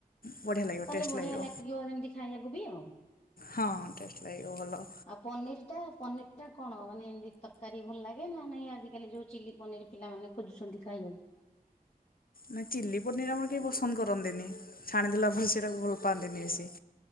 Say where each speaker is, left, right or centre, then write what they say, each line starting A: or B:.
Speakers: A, on the left; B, on the left.
A: ବଢିଆ ଲାଗିବ
B: ତାହେଲେ
A: ଟେଷ୍ଟ
B: ବଢିଆ
A: ଲାଗିବ
B: ଯେମିତି ଖାଇବାକୁ ବି ଆଉ।
A: ହଁ ଟେଷ୍ଟ ଲାଗିବ ଭଲ।
B: ଆଉ ପନିର ଟା ପନିର ଟା କଣ ମାନେ ଏମିତି ତରକାରୀ ଭଲ ଲାଗେ ନା ନାଇଁ ଆଜିକାଲି ଯୋଉ ଚିଲି ପନିର ପିଲାମାନେ ଖୋଜୁଛନ୍ତି ଖାଇମୁ।
A: ନା ଚିଲି ପନିର ଆମର କେହି ପସନ୍ଦ କରନ୍ତିନି ଛାଣିଦେଲା ପରେ ସେଇଟାକୁ ଭଲ ପାଆନ୍ତିନି ବେଶୀ।